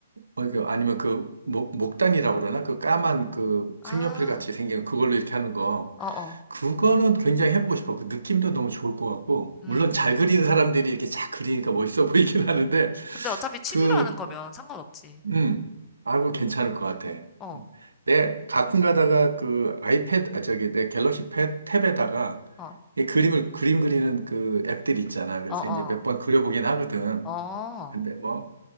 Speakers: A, on the right; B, on the left.
A: 어, 이거 아니면 그 목, 목단이라고 그러나? 그 까만 그
B: 아,
A: 색연필 같이 생긴 그걸로 이렇게 하는 거.
B: 어, 어,
A: 그거는 굉장히 해보고 싶어. 그 느낌도 너무 좋을 것 같고.
B: 음.
A: 물론 잘
B: 그-
A: 그리는 사람들이 이렇게 잘 그리니까 멋있어 보이긴 <laughs> 하는데,
B: 근데 어차피 취미로
A: 그,
B: 하는 거면 상관없지.
A: 음, 아, 그 괜찮을 것 같아.
B: 어,
A: 내 가끔 가다가 그 아이패드, 아, 저기 내 갤럭시 탭- 탭에다가
B: 어,
A: 이 그림을, 그림 그리는 그 앱들이 있잖아. 그래서
B: 어, 어,
A: 이제 몇 번 그려보긴 하거든.
B: 어,
A: 근데 뭐